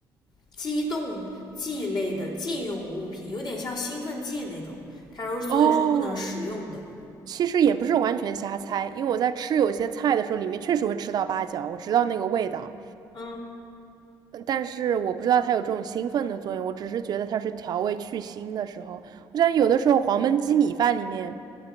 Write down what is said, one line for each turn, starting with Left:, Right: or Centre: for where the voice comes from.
Left: 激动剂类的禁用物品，有点像兴奋剂那种。他说，所以是不能食用的。
Right: 哦，其实也不是完全瞎猜，因为我在吃有些菜的时候，里面确实会吃到八角，我知道那个味道，
Left: 嗯，
Right: 呃但是我不知道它有这种兴奋的作用，我只是觉得它是调味去腥的时候。我想有的时候黄焖鸡米饭里面